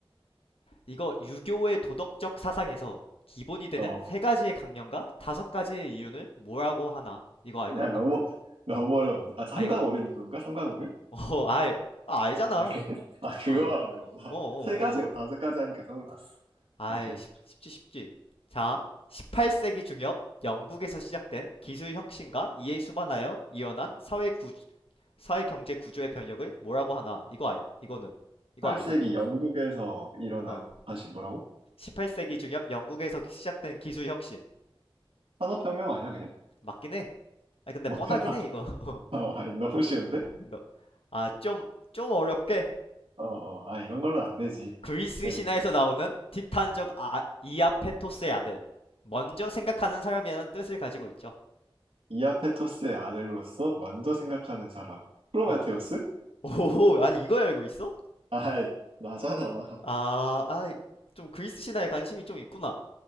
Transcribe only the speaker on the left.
이거 유교의 도덕적 사상에서 기본이 되는
세 가지의 강령과 다섯 가지의 이윤을 뭐라고 하나? 이거 알고
있나?
아, 이거,
어, 알, 아, 알잖아.
아,
어, 어, 어.
어.
아이,
쉽, 쉽지, 쉽지. 자, 18세기 중엽 영국에서 시작된 기술 혁신과 이에 수반하여 이어난 사회 사회 경제 구조의 변혁을 뭐라고 하나? 이거 알, 이거는 이거
알고 있냐?
어.
18세기 중엽 영국에서 시작된 기술 혁신.
맞긴 해. 아
근데
뻔하긴 해 이거. <laughs>
너, 아, 좀, 좀 어렵게.
그리스
신화에서 나오는 티탄족 아, 이아페토스의 아들. 먼저 생각하는 사람이라는 뜻을 가지고 있죠.
어. 오, 아니, 이걸 알고 있어?
아, 아, 좀 그리스 신화에 관심이 좀 있구나.